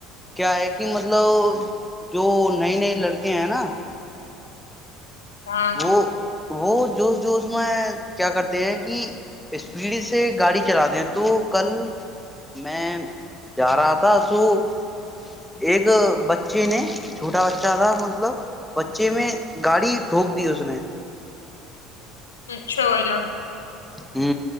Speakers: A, in the centre; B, on the left (about 80°).
A: کیا ہے کہ مطلب جو نئے نئے لڑکے ہیں نا <unintelligible>
B: ہاں
A: وہ
B: <unintelligible>
A: وہ جوش جوش میں کیا کرتے ہیں کہ اسپیڈ سے گاڑی چلاتے ہیں تو کل میں جا رہا تھا توو <unintelligible> ایک بچے نے چھوٹا بچہ تھا مطلب بچے میں گاڑی ھوک دی اس نے
B: اچھا جان <unintelligible>
A: ہ